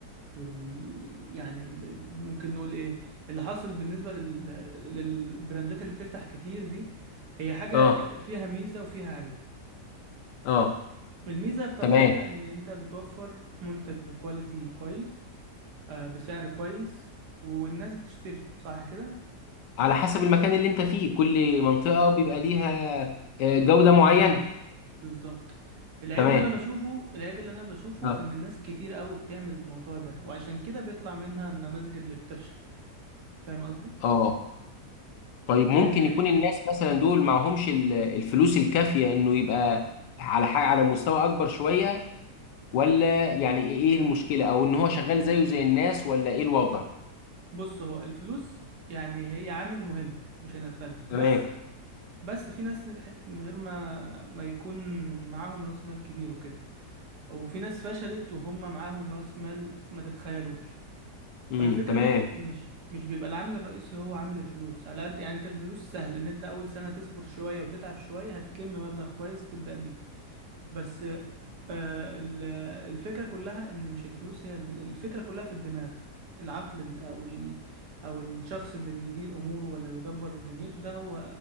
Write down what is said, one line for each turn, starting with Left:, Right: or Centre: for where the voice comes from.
Right: وال يعني ال... ممكن نقول ايه اللي حاصل بالنسبه لل... للبراندات اللي بتفتح كتير دي هي حاجه
Left: اه
Right: فيها ميزه وفيها عيب
Left: اه
Right: الميزه الطبيعيه
Left: تمام
Right: ان انت بتوفر منتج بكواليتي كويس آه، بسعر كويس والناس بتشتري صح كده
Left: على حسب المكان اللي انت فيه كل منطقة بيبقى ليها آه، جودة معينة
Right: امم بالظبط العيب
Left: تمام
Right: اللي انا بشوفه العيب اللي انا بشوفه
Left: اه
Right: ان الناس كتير قوي بتعمل الموضوع ده وعشان كده بيطلع منها النماذج اللي بتفشل فاهم قصدي
Left: اه طيب ممكن
Right: لان
Left: يكون الناس مثلا دول معهمش ال- الفلوس الكافية انه يبقى على حاجة على مستوى اكبر شوية ولا يعني ايه إيه المشكلة او ان هو شغال زيه زي الناس ولا ايه الوضع
Right: بص هو الفلوس يعني هي عامل مهم مش هنختلف
Left: تمام
Right: بس بس في ناس نجحت من غير ما ما يكون معاهم راس مال كبير وكده وفي ناس فشلت وهم معاهم راس مال ما تتخيلوش
Left: امم
Right: فالفكرة
Left: تمام
Right: دايما مش مش بيبقى العامل الرئيسي هو عامل الفلوس على قد يعني انت الفلوس سهل ان انت اول سنة تصبر شوية وتتعب شوية هتلم مبلغ كويس تبدأ بيه بس آه، ال- الفكرة كلها ان مش الفلوس هي ال- الفكرة كلها في الدماغ العقل ال- او ال او الشخص اللي بيدير اموره ولا بيدبر دنيته ده هو